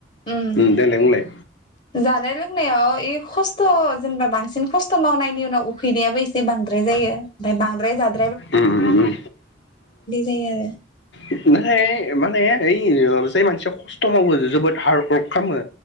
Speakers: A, on the left (about 35°); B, on the left (about 70°).
A: उम
B: देलाय बुंलाय
A: जानाय लोंनायाव खस्थ' जेनेबा बांसिन खस्थ' खस्थ' मावनायनि उनाव उखैनायाबो एसे बांद्राय जायो ओमफाय बांद्राय जादों
B: उम उम
A: जायो
B: उफाय माने ओइ जाय मानसिया खस्थ' मावो जोबोद हार्दवर्क खामो।